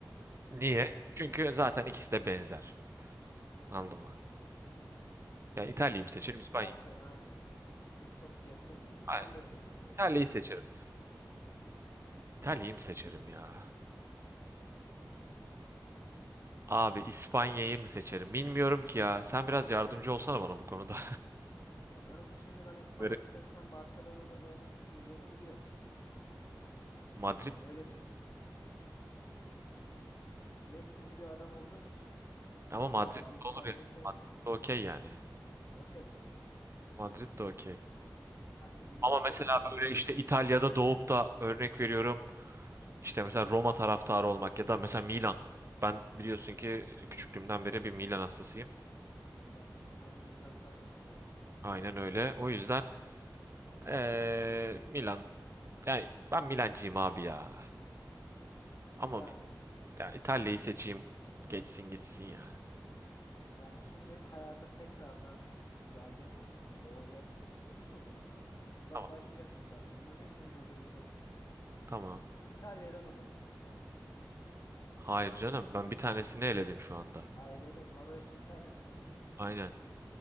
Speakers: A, on the right; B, on the left.
A: Niye?
B: Evet.
A: Çünkü zaten ikisi de benzer. Anladın mı? Ya İtalya'yı mı seçerim
B: E, zaten
A: İspanya'yı? mı?
B: aynen. İkisi çok yakın gibi.
A: Hayır,
B: Ben de öyle hissediyorum
A: İtalya'yı
B: aslında.
A: seçerim. İtalya'yı mı seçerim ya? Abi İspanya'yı mı seçerim? Bilmiyorum ki ya. Sen biraz yardımcı olsana bana bu konuda.
B: Ya kanka şimdi ben İspanya'yı
A: <laughs> Böyle
B: seçsem Barcelona'da doğmak isteyeceğini biliyorum.
A: Madrid
B: Yani öyle düşünüyorum. Messi'ci bir adam olduğun için
A: ama Madrid
B: Bence
A: de
B: İspanya'yı
A: olur ya.
B: seçme.
A: Madrid de okey yani.
B: Okey mi Madrid'de?
A: Madrid de okey.
B: Kanka bilmiyorum.
A: Ama
B: Senin
A: mesela
B: hayatın.
A: böyle işte İtalya'da doğup da örnek veriyorum. İşte mesela Roma taraftarı olmak ya da mesela Milan. Ben biliyorsun ki küçüklüğümden beri bir Milan hastasıyım.
B: Milan. Efsane Milan kadrosu. ha.
A: Aynen öyle. O yüzden eee, Milan. Yani ben Milancıyım abi ya. Ama
B: Yani.
A: bi- ya İtalya'yı seçeyim. Geçsin gitsin ya.
B: Yani şimdi hayata tekrardan gelecek olsan. Doğacaksın. Sıfırdan ama. Bak, sıfırdan
A: Tamam.
B: başlayacaksın kanka. Bunların hepsini göz önünde tut.
A: Tamam.
B: İtalya'da mı doğmak isterdin?
A: Hayır canım. Ben bir tanesini eledim şu anda.
B: Ha eledin. Norveç'te İtalya mı kaldı?
A: Aynen.